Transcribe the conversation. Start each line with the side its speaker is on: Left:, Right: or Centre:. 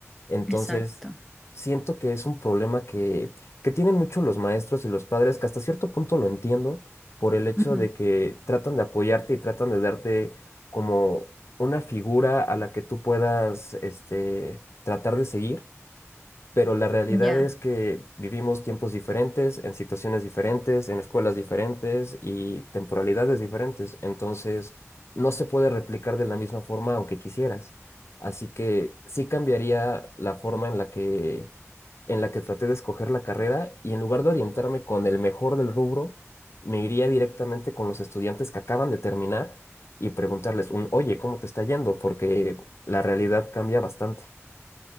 Left: Entonces,
Centre: exacto.
Left: siento que es un problema que, que tienen mucho los maestros y los padres, que hasta cierto punto lo entiendo por el hecho
Centre: ujú,
Left: de que tratan de apoyarte y tratan de darte como una figura a la que tú puedas, este, tratar de seguir pero la realidad
Centre: Ya,
Left: es que vivimos tiempos diferentes, en situaciones diferentes, en escuelas diferentes y temporalidades diferentes. Entonces, no se puede replicar de la misma forma aunque quisieras. Así que sí cambiaría la forma en la que, en la que traté de escoger la carrera y en lugar de orientarme con el mejor del rubro, me iría directamente con los estudiantes que acaban de terminar y preguntarles un, oye, ¿cómo te está yendo? Porque la realidad cambia bastante.